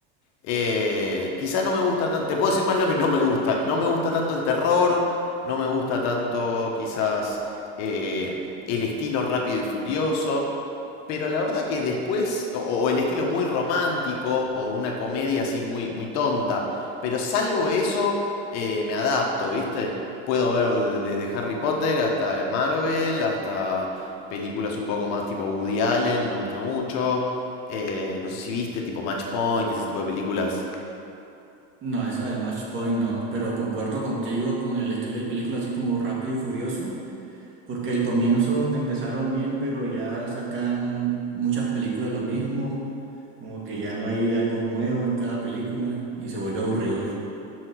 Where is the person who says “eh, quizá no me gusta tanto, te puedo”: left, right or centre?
Left